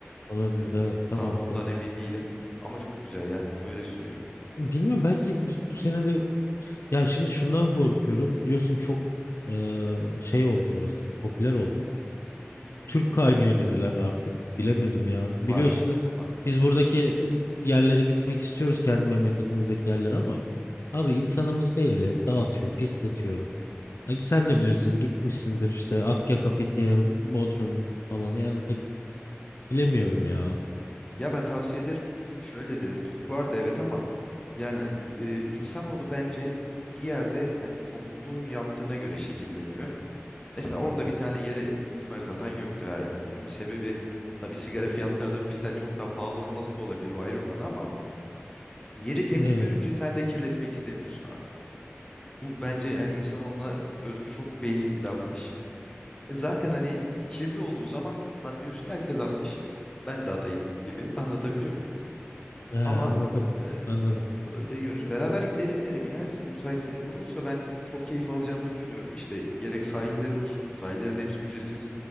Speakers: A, on the left (about 70°); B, on the left (about 20°).
A: Olabilir evet tamam.
B: Tam ondan
A: Evet.
B: emin değilim. Ama çok güzel ya. Öyle söyleyeyim.
A: Bilmiyorum belki biz bu sene de Ya şimdi şundan korkuyorum. Biliyorsun çok e, şey oldu orası. Popüler oldu.
B: Hı hı.
A: Türk kaynıyor dediler artık. Bilemedim ya.
B: Var.
A: Biliyorsun da
B: Var.
A: biz buradaki e, yerlere gitmek istiyoruz kendi memleketimizdeki yerlere ama abi insanımız belli. Dağıtıyor, pisletiyor. Ay, Sen de bilirsin gitmişsindir işte Akyaka, Fethiye, Bodrum falan yani pek bilemiyorum ya.
B: Ya ben tavsiye ederim. Şöyle derim Türk vardı evet ama yani hani e, insanoğlu bence bir yerde hani topluluğun yaptığına göre şekilleniyor. Mesela orada bir tane yere İzmarit atan yoktu. Ha, bunun bir sebebi tabii sigara fiyatlarının bizden çok daha pahalı olması da olabilir. O ayrı konu ama yeri temiz
A: Evet,
B: görünce sen de kirletmek istemiyorsun abi. Bu bence hani insanoğluna özgü çok basic bir davranış. E, Zaten hani kirli olduğu zaman lan diyorsun herkes atmış. Ben de atayım gibi <laughs> anlatabiliyor muyum?
A: he, anladım.
B: Ama e,
A: Anladım.
B: öyle görünce beraber gidelim derim ya. Sizin müsaitliğiniz olursa ben çok keyif alacağımızı düşünüyorum. İşte gerek sahilleri olsun. Sahillerin hepsi ücretsiz.